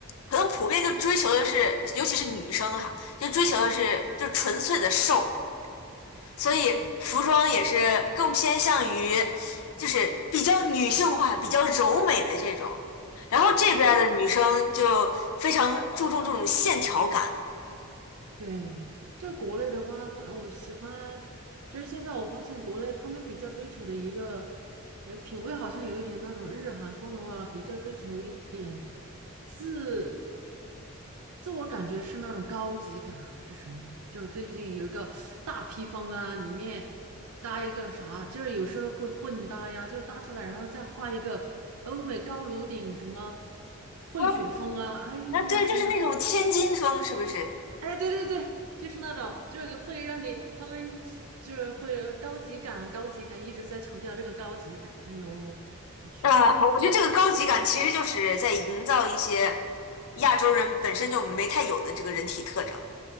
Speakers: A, on the left; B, on the right.
A: 可能普遍就追求的是，尤其是女生哈，就追求的是就纯粹的瘦。所以服装也是更偏向于，
B: 嗯，
A: 就是比较女性化、比较柔美的这种。然后这边儿的女生就非常注重这种线条感，
B: 比较对，就是国内的话，他我喜欢。其实现在我发现国内他们比较追求的一个，呃，品味好像有一点那种日韩风的话，比较追求一点自自我感觉是那种高级感还是什么？就是最近有一个大披风啊，里面搭一个啥，就是有时候会混搭呀，就是搭出来然后再画一个欧美高颅顶什么混血风啊，
A: 啊，
B: 哎呀天呐！
A: 啊对，就是那种千金风，是不是？
B: 哎，对对对，就是那种，就是会让你，他们就是会有高级感，高级感一直在强调这个高级感。哎呦，我去，
A: 啊，我觉得这个高级感其实就是在营造一些亚洲人本身就没太有的这个人体特征，